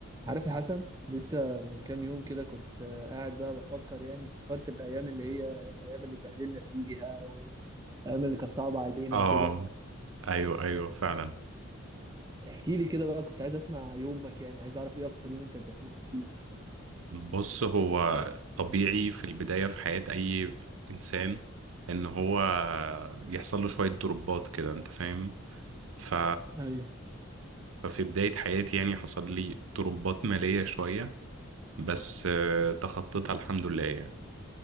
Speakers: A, on the right (about 15°); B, on the right (about 65°).
A: عارف يا حسن لسه من كام يوم كده كنت آه، قاعد بقى بفكر يعني افتكرت الأيام اللي هي الأيام اللي اتبهدلنا فيها والأيام اللي كانت صعبة علينا
B: اه
A: وكده
B: ايوه ايوه فعلا
A: احكي لي كده بقى كنت عايز أسمع يومك يعني عايز أعرف إيه أكتر يوم أنت اتبهدلت فيه مثلا
B: بص هو طبيعي في البداية في حياة اي انسان ان هو يحصل له شوية دروبات كده انت فاهم ف...
A: ايوه
B: ففي بداية حياتي يعني حصل لي دروبات مالية شوية بس آه، تخطيتها الحمد لله يعني